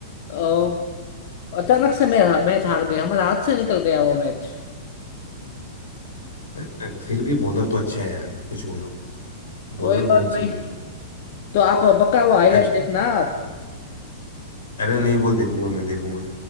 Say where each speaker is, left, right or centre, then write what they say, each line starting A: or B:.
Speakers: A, on the left; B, on the left.
A: अ, अचानक से मेरा मैच हार गए हमारे हाथ से निकल गया वो मैच
B: पर- पर फिर भी बॉलर तो अच्छा है यार कुछ बोलो
A: कोई
B: बॉलर
A: बात
B: बहुत
A: नहीं
B: सही है
A: तो आप पक्का वो हाईलाइट
B: एक्चुअली
A: देखना आप
B: अरे नहीं वो देखूंगा मैं देखूंगा